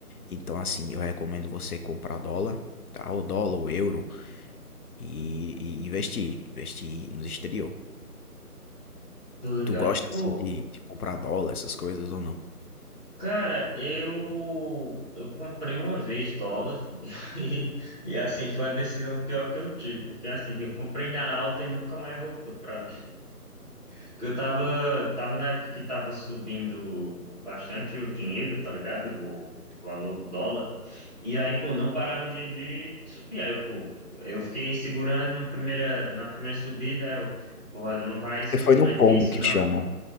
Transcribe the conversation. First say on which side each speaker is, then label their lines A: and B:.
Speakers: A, on the left; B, on the left.
A: Então, assim, eu recomendo você comprar dólar, tá? Ou dólar, ou euro, e, e investir, investir no exterior.
B: Tô ligado.
A: Tu gosta,
B: Pô,
A: assim, de de comprar dólar, essas coisas ou não?
B: cara, eu eu comprei uma vez dólar <laughs> e, e assim foi a decisão pior que eu tive, porque assim, eu comprei na alta e nunca mais voltou pra mim. Porque eu tava, tava na época que tava subindo bastante o dinheiro, tá ligado? O, o valor do dólar. E aí, pô, não parava de, de subir. Aí, eu, pô, eu fiquei segurando no primeira, na primeira subida, aí eu, porra, não vai
A: Você
B: subir
A: foi
B: mais
A: no pomo
B: que isso,
A: que
B: não.
A: chamam.